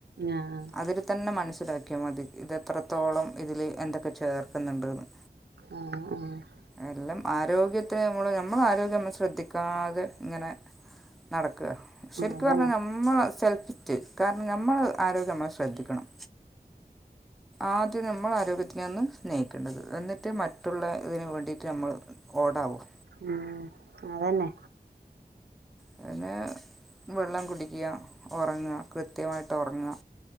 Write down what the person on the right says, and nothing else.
ആഹ്
ആഹ് ആഹ്
അതന്നെ
ഉം അതന്നെ